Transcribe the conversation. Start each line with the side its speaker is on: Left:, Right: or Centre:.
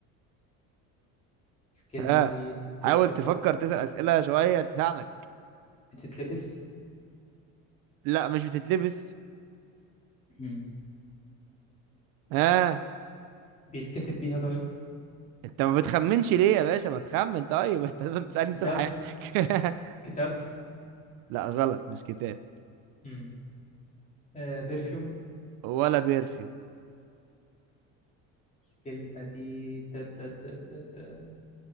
Left: الكلمة
Right: ها
Left: دي تت...
Right: حاول
Left: تت...
Right: تفكر
Left: تت...
Right: تسأل أسئلة شوية تساعدك
Left: بتتلبس
Right: لا مش بتتلبس
Left: مم.
Right: ها
Left: بيتكتب بيها طيب
Right: انت ما بتخمنش ليه يا باشا ما تخمن طيب <laughs> انت هتفضل تسألني
Left: كتاب
Right: طول حياتك <laughs>
Left: كتاب
Right: لا غلط مش كتاب
Left: مم. آه، برفيوم
Right: ولا بيرفيوم
Left: الكلمة دي تت... تت... تت... تت...